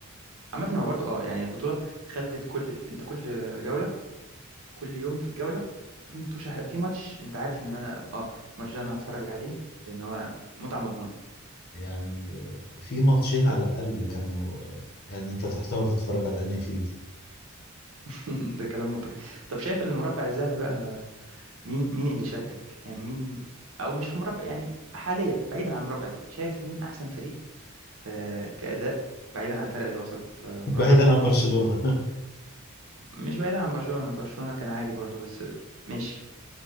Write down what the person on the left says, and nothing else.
يعني آه، في ماتشين
على الأقل كانوا آه، يعني أنت تحتار تتفرج على أنهي فيهم
<laughs>
بعيدا
عن برشلونة <laughs>